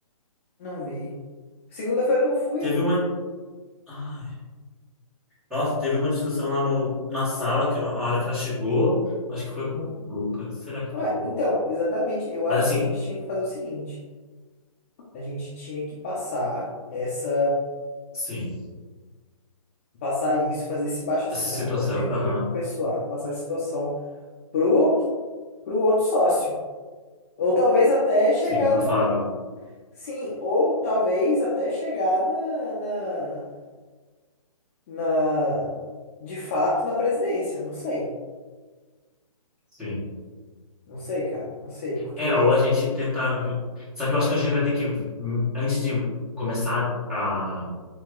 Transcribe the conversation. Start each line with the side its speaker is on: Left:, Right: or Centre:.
Left: Não vi. Segunda-feira eu não fui.
Centre: Teve uma, ai, nossa, teve uma discussão lá no, na sala, que a hora que ela chegou, acho que foi com o Lucas. Será que
Left: Ué,
Centre: foi com o
Left: então,
Centre: Lucas?
Left: exatamente. Eu acho
Centre: Mas
Left: que
Centre: assim,
Left: a gente tinha que fazer o seguinte: a gente tinha que passar essa,
Centre: sim,
Left: passar isso, fazer esse baixo-assinado,
Centre: essa situação,
Left: reunir
Centre: aham,
Left: com o pessoal, passar a situação pro pro outro sócio. Ou talvez até chegar
Centre: sim, pro
Left: no.
Centre: Fábio,
Left: Sim, ou talvez até chegar na, na, na- De fato, na presidência. Não sei.
Centre: sim.
Left: Não sei, cara. Não sei, porque.
Centre: É, ou a gente tentar. v- Só que eu acho que a gente vai ter que, hum, antes de começar a